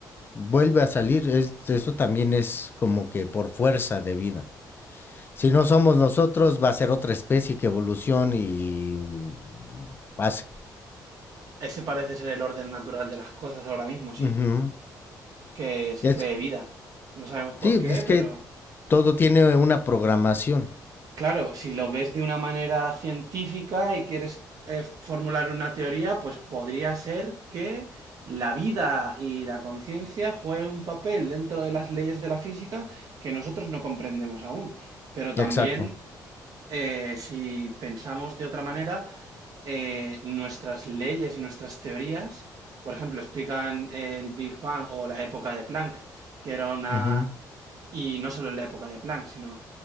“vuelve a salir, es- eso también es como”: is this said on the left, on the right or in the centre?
Left